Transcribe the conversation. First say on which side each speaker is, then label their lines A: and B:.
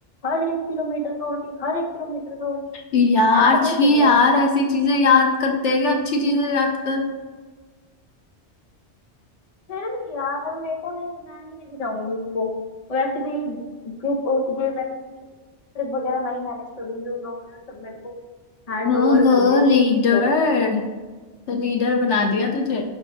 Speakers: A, on the left; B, on the left.
A: हर एक किलोमीटर पे उल्टी हर एक किलोमीटर पे उल्टी
B: यार
A: ऐसा नहीं
B: छी
A: चाहिए
B: यार ऐसी चीजें याद करते हैं कि अच्छी चीजें याद कर
A: फिर भी यार मेरे को नहीं मैं नहीं लेके जाऊंगी उसको वैसे भी ग्रुप ये वैसे भी ट्रिप वगैरह मैं ही मैनेज करूंगी उन लोगों ने सब मेरे को हैंड
B: ओहो
A: ओवर कर दिया कि
B: लीडर
A: तू ही कर
B: तो लीडर बना दिया तुझे